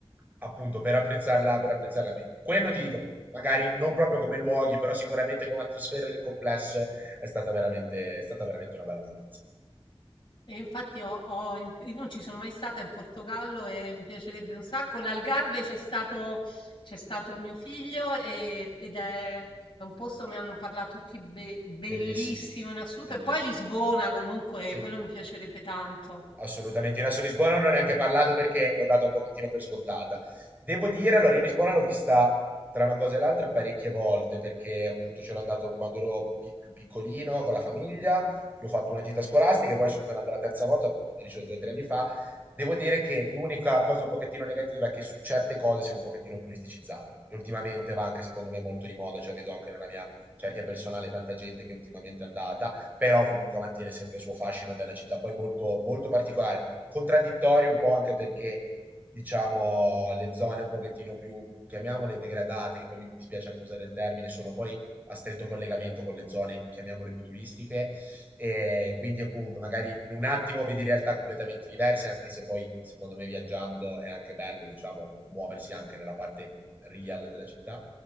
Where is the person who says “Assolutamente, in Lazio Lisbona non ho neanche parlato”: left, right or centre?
Right